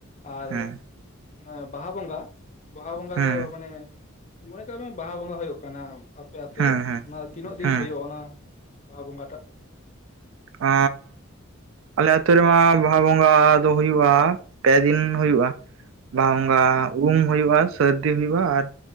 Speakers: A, on the left (about 35°); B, on the right (about 65°).
A: ᱟᱨ
B: ᱦᱮᱸ
A: ᱚᱱᱟ ᱵᱟᱦᱟ ᱵᱚᱸᱜᱟ, ᱵᱟᱦᱟ ᱵᱚᱸᱜᱟ
B: ᱦᱮᱸ
A: ᱫᱚ ᱢᱟᱱᱮ ᱢᱚᱱᱮ ᱠᱟᱜ ᱢᱮ ᱵᱟᱦᱟ ᱵᱚᱸᱜᱟ ᱦᱳᱭᱳᱜ ᱠᱟᱱᱟ ᱟᱯᱮ ᱟᱛᱳ
B: ᱦᱮᱸ
A: ᱨᱮ,
B: ᱦᱮᱸ
A: ᱚᱱᱟ ᱫᱚ‍ ᱛᱤᱱᱳᱜ ᱫᱤᱱ
B: ᱦᱮᱸ
A: ᱦᱳᱭᱳᱜ-ᱟ, ᱚᱱᱟ ᱵᱟᱦᱟ ᱵᱚᱸᱜᱟ ᱴᱟᱜ᱾
B: ᱚᱻ᱾ ᱟᱞᱮ ᱟᱛᱳ ᱨᱮᱢᱟ ᱵᱟᱦᱟ ᱵᱚᱸᱜᱟ ᱫᱚ ᱦᱩᱭᱩᱜ-ᱟ, ᱯᱮ ᱫᱤᱱ ᱦᱩᱭᱩᱜ-ᱟ᱾ ᱵᱟᱦᱟ
A: ᱦᱮᱸ
B: ᱵᱚᱸᱜᱟ ᱩᱢ ᱦᱩᱭᱩᱜ-ᱟ, ᱥᱟᱹᱨᱫᱤ ᱦᱩᱭᱩᱜ-ᱟ ᱟᱨ